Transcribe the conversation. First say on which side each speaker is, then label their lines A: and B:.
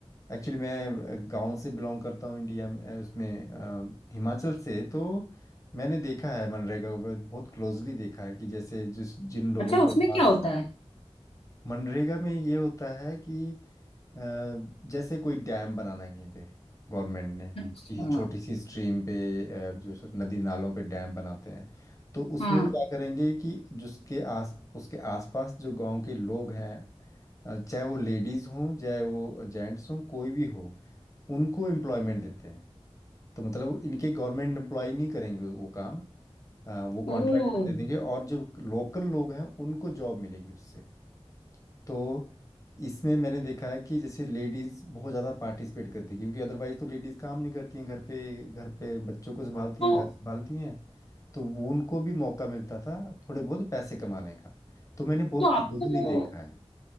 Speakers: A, on the left; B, on the left.
A: एक्चुअली मैं गांव से बिलोंग करता हूँ इंडिया में अ, उसमें अ, हिमाचल से तो मैंने देखा है मनरेगा को बहुत बहुत क्लोजली देखा है कि जैसे जिस जिन लोगों
B: अच्छा
A: के
B: उसमें
A: पास
B: क्या होता है
A: मनरेगा में ये होता है कि अ, जैसे कोई डैम बनाना है कहीं पे गवर्नमेंट ने
B: अच्छा
A: ये छोटी सी स्ट्रीम पे अ, जो सर नदी नालों पे डैम बनाते हैं तो उसमें
B: हाँ
A: वो क्या करेंगे कि जिसके आस उसके आसपास जो गांव के लोग हैं अ, चाहे वो लेडीज़ हों चाहे वो जेंट्स हों कोई भी हो उनको एम्प्लॉयमेंट देते हैं तो मतलब इनके गवर्नमेंट एम्प्लॉय नहीं करेंगे वो काम अ, वो
B: ओ
A: कॉन्ट्रैक्ट दे देंगे और जो लोकल लोग हैं उनको जॉब मिलेगी उससे तो इसमें मैंने देखा है कि जैसे लेडीज़ बहुत ज़्यादा पार्टिसिपेट करती है क्योंकि अदरवाइज़ तो लेडीज़ काम नहीं करती हैं घर पे घर पे बच्चों को संभालती
B: तो
A: हैं घर संभालती हैं तो वो उनको भी मौका मिलता था थोड़े बहुत पैसे कमाने का तो मैंने बहुत
B: तो आपको
A: क्लोजली देखा है